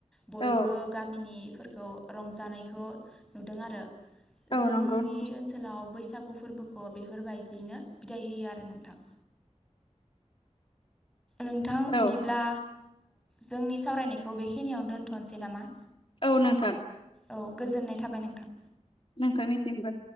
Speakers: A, in the centre; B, on the left.
A: बयबो
B: औ
A: गामिनिफोरखौ रंजानायखौ नुदों आरो।
B: औ
A: जोंनि
B: नंगौ नोंथां
A: ओनसोलाव। आव बैसागु फोरबोखौ बेफोरबायदियैनो बिदाय होयो आरो नोंथां। नोंथां
B: औ
A: बिदिब्ला जोंनि सावरायनायखौ बेखिनियावनो दोनथनोसै नामा।
B: औ नोंथां।
A: औ गोजोननाय थाबाय नोंथां।
B: नोंथांनि सिमबो।